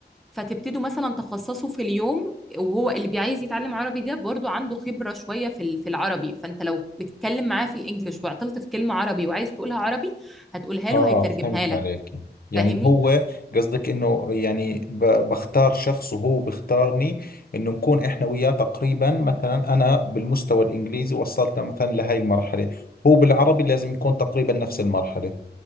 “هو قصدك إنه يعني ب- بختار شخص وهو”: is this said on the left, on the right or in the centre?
Left